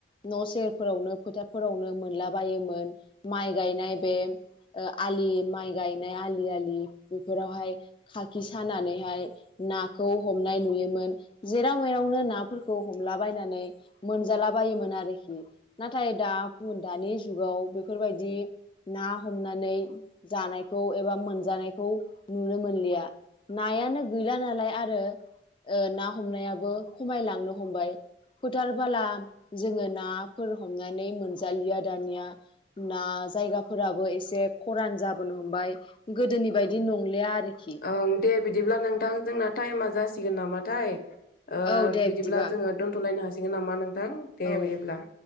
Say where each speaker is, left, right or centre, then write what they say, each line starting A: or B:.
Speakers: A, on the left (about 25°); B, on the left (about 50°).
A: न' सेरफोरावनो फोथारफोरावनो मोनला बायोमोन माइ गायनाय बे आलि माइ गायनाय आलि आलि बेफोरावहाय खाखि सानानैहाय नाखौ हमनाय नुयोमोन जेराव मेरावनो नाफोरखौ हमलाबायनानै मोनजाला बायोमोन आरोखि नाथाय दा दानि जुगाव बेफोरबायदि ना हमनानै जानायखौ एबा मोनजानायखौ नुनो मोनलिया। नायानो गैला नालाय आरो ओ ना हमनायाबो खमायलांनो हमबाय फोथारबोला जोङो नाफोर हमनानै मोनजालिया दानिया ना जायगाफोराबो एसे खरान जाबोनो हमबाय गोदोनि बायदि नं- लिया आरोखि
B: ओं दे बिदिब्ला नोंथां जोंना टाइमा जासिगोन नामाथाय ओ
A: औ दे
B: बिदिब्ला
A: बिदिबा
B: जोङो दोन्थ'लायनो हासिगोन नामा नोंथां दे
A: औ
B: बिदिब्ला।